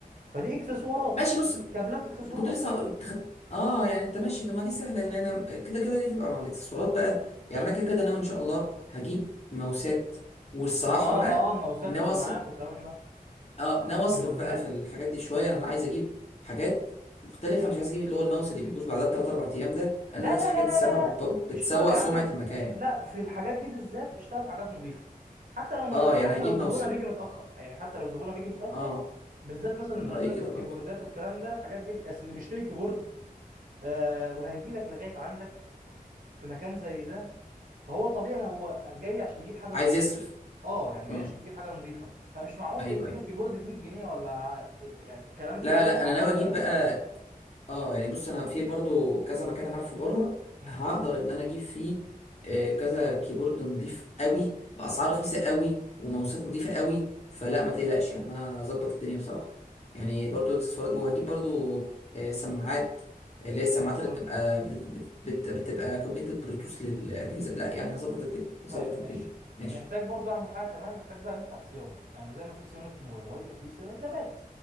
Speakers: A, on the right; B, on the left.
A: فدي اكسسوارات
B: ماشي بص
A: كابلات اكسسوارات
B: كنت لسه هقول تخ... اه يعني انت ماشي ده ما دي سهله ان انا كده كده دي تبقى مع الاكسسوارات بقى يعني انا كده كده ناوي ان شاء الله هجيب ماوسات والصراحه
A: اه
B: بقى
A: اه ماوسات
B: ناوي
A: سماعات
B: اصرف
A: والكلام ده
B: اه ناوي اصرف
A: كيبوردات
B: بقى في الحاجات دي شويه يعني انا عايز اجيب حاجات مختلفه مش عايز اجيب اللي هو الماوس اللي بيبوظ بعدها بثلاث اربع ايام ده انا
A: لا
B: ده
A: لا
B: الحاجات
A: لا لا
B: دي الصراحه
A: لا
B: بت-
A: لا
B: بتسوق
A: اشتغل يا عم
B: سمعه
A: في-
B: المكان
A: لا في الحاجات دي بالذات اشتغل في حاجات نظيفه حتى لو مل...
B: اه
A: حتى
B: يعني هجيب
A: لو زبونها
B: ماوس
A: بيجي متاخر يعني حتى لو زبونها بيجي متاخر
B: اه
A: بالذات مثلا
B: انا
A: الماوسات
B: رايي كده
A: والكيبوردات
B: برضو
A: والكلام ده الحاجات دي اصل اللي بيشتري كيبورد آه وهيجي لك لغايه عندك في مكان زي ده فهو طبيعي هو جاي عشان يجيب حاجه نظيفه
B: عايز يصرف
A: اه يعني جاي
B: امم
A: عشان يجيب حاجه نظيفه فمش معقول
B: ايوه
A: تديله
B: ايوه
A: كيبورد ب 100 جنيه ولا يعني كلام كيبوردات
B: لا لا
A: تعبانه
B: انا ناوي اجيب
A: آه،
B: بقى اه يعني بص انا في برضو كذا مكان عارفه بره
A: مم.
B: هقدر ان انا اجيب فيه آه، كذا كيبورد نضيف قوي باسعار رخيصه قوي وماوسات نضيفه قوي فلا ما تقلقش يعني انا هظبط الدنيا بصراحه يعني برضو اكسسوارات وهجيب برضو آه، سماعات اللي هي
A: زي
B: السماعات
A: الفل
B: اللي بتبقى بت- بت- بت- بتبقى كونكتد بلوتوث للاجهزه لا يعني هظبط الدنيا هظبط
A: طيب
B: الدنيا
A: ماشي
B: ماشي
A: محتاج برضه اعمل حاجه كمان محتاج بقى نفتح صيانه يعني زي ما في صيانه موبايلات يبقى في صيانه لابات